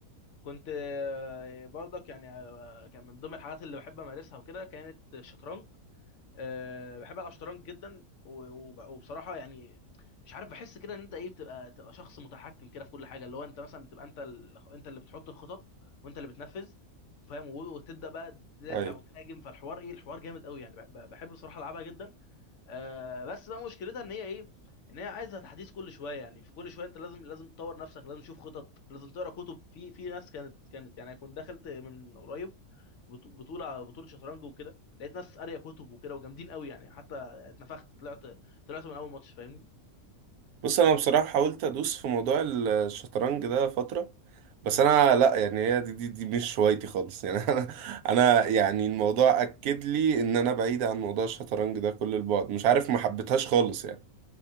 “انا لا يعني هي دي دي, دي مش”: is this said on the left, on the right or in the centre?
Right